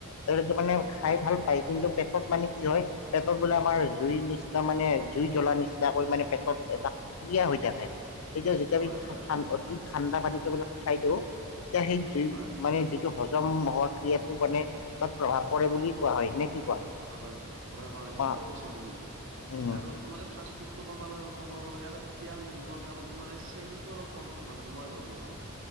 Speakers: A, on the left; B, on the right.
A: তেওঁলোকে মানে
B: অ
A: খাই ভাল পায় কিন্তু পেটত মানে কি হয় পেটত বোলে আমাৰ জুই নিচিনা মানে জুই জ্বলা নিচিনা নিচিনা কৈ মানে পেটত এটা ক্ৰিয়া হৈ থাকে তেতিয়া যেতিয়া
B: হয় হয় হয়
A: আমি অতি ঠাণ্ডা পানীত খাই দিও তেতিয়া সেই জুই
B: হয়
A: মানে যিটো হজম হজম হোৱা ক্ৰিয়াটো মানে তাত প্ৰভাৱ পৰে বুলি কোৱা হয় নে কি? কোৱা?
B: হয়, হয়, হয়, ঠিকে
A: অ
B: কৈছা তুমি
A: উম
B: আৰু তোমাৰেই ফাষ্ট ফুডটো কমালেও কমাব লাগে আৰু তিয়ল নিমখ আৰু তোমাৰ এই চেনিটো অলপ কম খাব লাগে মই ভাবো আৰু